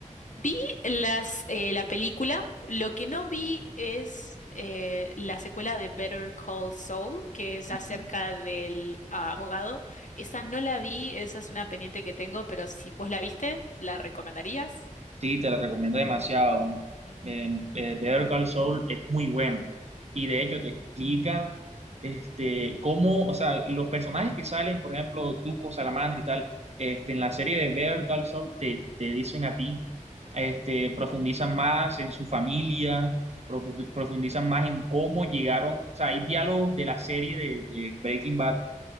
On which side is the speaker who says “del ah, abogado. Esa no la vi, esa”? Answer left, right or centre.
Left